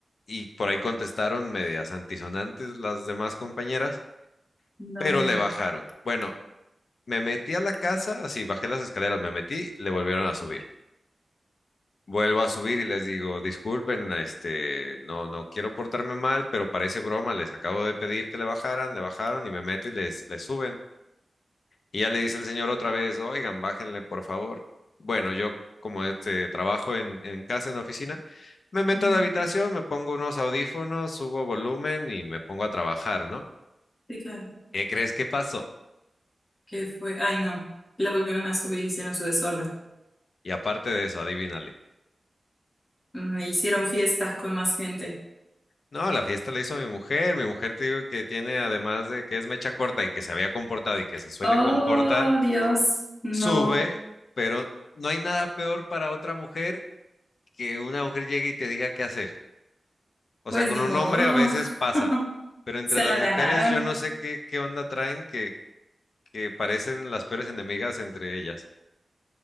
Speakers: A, on the left; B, on the left.
A: Y por ahí contestaron medias antisonantes las demás compañeras,
B: No.
A: pero le bajaron. Bueno, me metí a la casa, así bajé las escaleras, me metí, le volvieron a subir. Vuelvo a subir y les digo, disculpen, este, no, no quiero portarme mal, pero parece broma, les acabo de pedir que le bajaran, le bajaron y me meto y les, les suben. Y ya le dice el señor otra vez, oigan, bájenle, por favor. Bueno, yo como este trabajo en, en casa, en oficina, me meto
B: Ujú.
A: a la habitación, me pongo unos audífonos, subo volumen y me pongo a trabajar, ¿no?
B: Sí, claro.
A: ¿Qué crees que pasó?
B: ¿Qué fue? Ay, no. La volvieron a subir, hicieron su desorden.
A: Y aparte de eso, adivínale.
B: Mm, Hicieron fiestas con más gente.
A: No, la fiesta la hizo mi mujer. Mi mujer te digo que tiene, además de que es mecha corta y que se había comportado y que se suele
B: Oh,
A: comportar,
B: Dios, no,
A: sube, pero no hay nada peor para otra mujer que una mujer llegue y te diga qué hacer. O
B: pues
A: sea, con
B: ni
A: un
B: modo,
A: hombre a veces pasa,
B: <laughs>
A: pero entre
B: se
A: las
B: la
A: mujeres
B: ganaron.
A: yo no sé qué, qué onda traen que, que parecen las peores enemigas entre ellas.